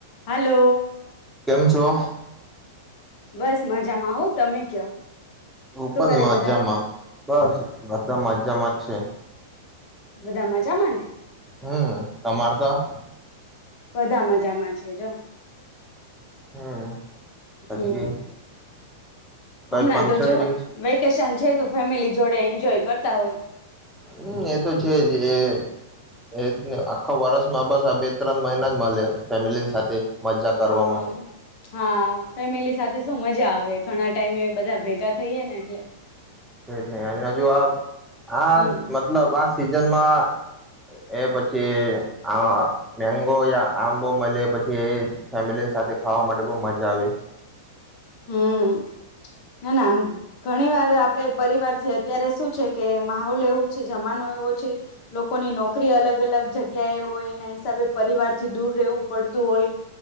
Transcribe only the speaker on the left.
Hello.
બસ મજામાં હો તમે કયો?
શું
કરે
બધા
બધા મજા માં ને.
બધા મજામાં છે જો.
હમ્મ
હમણાં
તો જો
વેકેશન છે તો ફેમિલી જોડે એન્જોય કરતા હોય
હમ્મ,
હા ફેમિલી સાથે શું મજા આવે. ઘણા ટાઈમે બધા ભેગા થઈએ ને એટલે
હમ
હમ્મ, ના ના ઘણી વાર આપડે પરિવાર થી અત્યારે શું છે. કે માહોલ એવો છે. જમાનો એવો છે. લોકોની નોકરી અલગ અલગ જગ્યા એ હોય, એના હિસાબે પરિવારથી દૂર રહેવું પડતું હોય,